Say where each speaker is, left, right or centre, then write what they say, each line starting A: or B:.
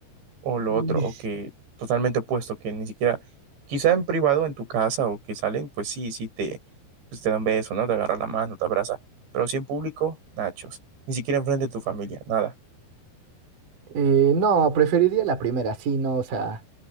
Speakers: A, on the right; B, on the right.
A: o lo
B: Uy.
A: otro, o que totalmente opuesto, que ni siquiera, quizá en privado, en tu casa o que salen, pues sí, sí te, pues te dan beso, ¿no? Te agarra la mano, te abraza, pero sí en público, nachos, ni siquiera enfrente de tu familia, nada.
B: Eh, no, preferiría la primera, sí, no, o sea,